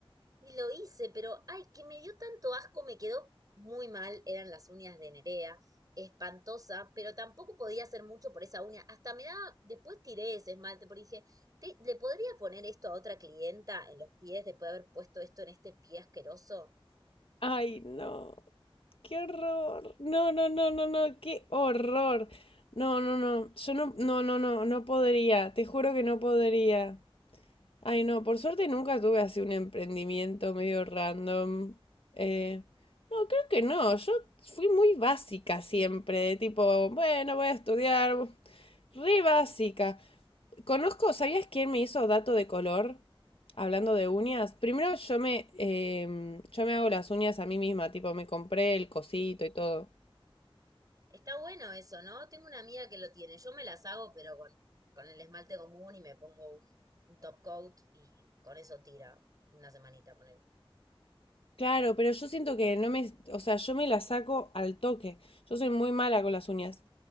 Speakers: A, on the right; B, on the left.
A: Y lo hice, pero ay, que me dio tanto asco, me quedó muy mal, eran las uñas de Nerea, espantosa, pero tampoco podía hacer mucho por esa uña. Hasta me daba, después tiré ese esmalte, porque dije, "Te- ¿le podría poner esto a otra clienta en los pies después de haber puesto esto en este pie asqueroso?
B: Ay, no, qué horror. No, no, no, no, no, qué horror. No, no, no, yo no, no, no, no, no podría, te juro que no podría. Ay, no, por suerte nunca tuve así un emprendimiento medio random. Eh, no, creo que no, yo fui muy básica siempre, de tipo, bueno, voy a estudiar. Re básica. Conozco, ¿sabías quién me hizo dato de color? Hablando de uñas. Primero yo me, em, yo me hago las uñas a mí misma, tipo me compré el cosito y todo.
A: Está bueno eso, ¿no? Tengo una amiga que lo tiene. Yo me las hago, pero con, con el esmalte común y me pongo un, un top coat y con eso tira una semanita, ponele.
B: Claro, pero yo siento que no me, o sea, yo me las saco al toque. Yo soy muy mala con las uñas.